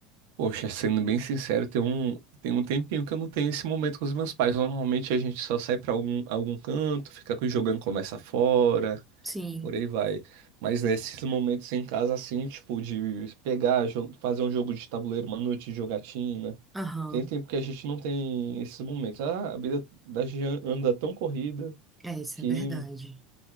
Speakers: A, on the right (about 65°); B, in the centre.
A: Poxa, sendo bem sincero, tem um, tem um tempinho que eu não tenho esse momento com os meus pais. Normalmente a gente só sai pra algum, algum canto, fica jogando conversa fora,
B: Sim.
A: por aí vai. Mas nesses momentos em casa, assim, tipo, de pegar, jo- fazer um jogo de tabuleiro, uma noite de jogatina.
B: Aham.
A: Tem tempo que a gente não tem esses momentos. Ah, a vida da gente an- anda tão corrida
B: É, isso
A: que
B: é verdade.